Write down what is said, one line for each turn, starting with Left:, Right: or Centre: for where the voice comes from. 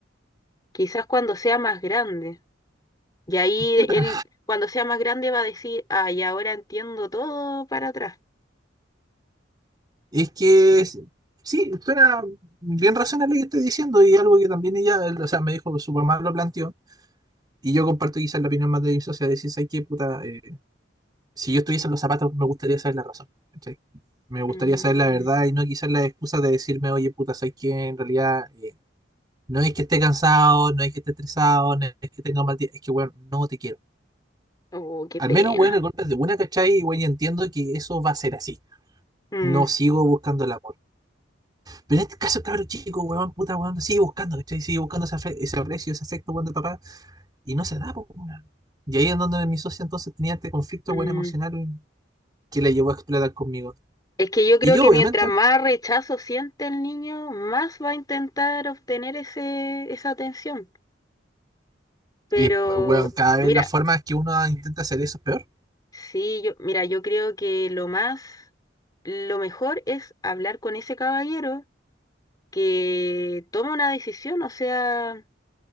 Left: Quizás cuando sea más grande. Y ahí
Right: Puta,
Left: él, cuando sea más grande, va a decir, ay, ahora entiendo todo para atrás.
Right: Es que es- sí, suena bien razonable lo que estás diciendo y algo que también ella, o sea, me dijo, su mamá lo planteó y yo comparto quizás la opinión más de mi socia, de decir, ¿sabes qué, puta? Eh, si yo estuviese en los zapatos me gustaría saber la razón, ¿cachai? Me gustaría
Left: Mm,
Right: saber la verdad y no quizás la excusa de decirme, oye, puta, ¿sabes qué? En realidad eh, no es que esté cansado, no es que esté estresado, no es que tenga un mal día, es que, weón, no te quiero.
Left: oh, qué
Right: Al
Left: pena.
Right: menos, weón, el golpe es de una, ¿cachai? Y, weón, ya entiendo que eso va a ser así.
Left: Mm,
Right: No sigo buscando la Pero en este caso, cabrón chico, weón, puta, weón, sigue buscando, ¿cachai? Sigue buscando ese, afe- ese aprecio, ese afecto, weón, de papá, y no se da, pues, weón. Y ahí es donde mi socia entonces tenía este conflicto,
Left: mm.
Right: weón, emocional que la llevó a explotar conmigo.
Left: Es que yo creo
Right: Y yo,
Left: que
Right: obviamente,
Left: mientras más rechazo siente el niño, más va a intentar obtener ese, esa atención. Pero
Right: y, weón, cada
Left: mira,
Right: vez las formas que uno intenta hacer eso es peor.
Left: sí, yo, mira, yo creo que lo más, lo mejor es hablar con ese caballero que toma una decisión, o sea,